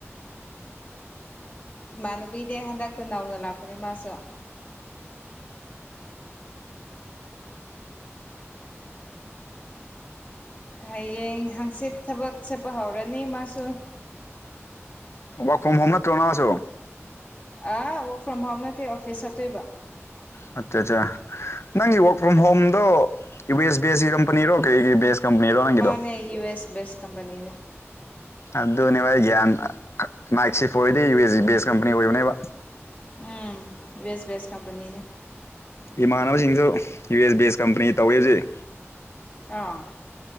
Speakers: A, on the left; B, on the left.
A: ꯏꯃꯥꯟꯅꯕ ꯏꯅꯦ ꯍꯟꯗꯛꯇ ꯅꯧꯅ ꯂꯥꯛꯄꯅꯦ ꯃꯥꯁꯨ ꯍꯌꯦꯡ ꯍꯥꯡꯆꯤꯠ ꯊꯕꯛ ꯆꯠꯄ ꯍꯧꯔꯅꯤ ꯃꯥꯁꯨ
B: ꯋꯥꯛ ꯐ꯭ꯔꯣꯝ ꯍꯣꯝ ꯅꯠꯇ꯭ꯔꯣꯅꯥꯉꯁꯨ
A: ꯑ ꯋꯔꯛ ꯐ꯭ꯔꯣꯝ ꯍꯣꯝ ꯅꯠꯇꯦ ꯑꯣꯐꯤꯁ ꯆꯠꯇꯣꯏꯕ
B: ꯑꯠꯆꯥ ꯑꯠꯆꯥ ꯅꯪꯒꯤ ꯋꯔꯛ ꯐ꯭ꯔꯣꯝ ꯍꯣꯝꯗꯣ ꯋꯦꯁ ꯕꯦꯁꯀꯤ ꯀꯝꯄꯅꯤꯔꯣ ꯀꯩꯒꯤ ꯕꯦꯁ ꯀꯝꯄꯅꯤꯔꯣ ꯅꯪꯒꯤꯗꯣ
A: ꯃꯥꯅꯦ ꯌꯨ ꯑꯦꯁ ꯦꯁ ꯀꯝꯄꯅꯤꯅꯦ
B: ꯑꯗꯨꯅꯦꯕ ꯑꯩ ꯒ꯭ꯌꯥꯟ ꯥꯏꯛꯁꯤꯐ ꯑꯣꯏꯔꯗꯤ ꯌꯨ ꯑꯦ ꯕꯦꯁ ꯀꯝꯄꯅꯤ ꯑꯣꯏꯕꯅꯦꯕ
A: ꯎꯝ ꯕꯁ ꯦꯁ ꯀꯝꯄꯅꯤꯅꯤ
B: ꯏꯃꯥꯟꯅꯕꯁꯤꯡꯁꯨ ꯌꯨ ꯑꯦꯁ ꯕꯦꯁ ꯀꯝꯄꯅꯤ ꯇꯧꯋꯤ ꯍꯧꯖꯤꯛ
A: ꯑꯥ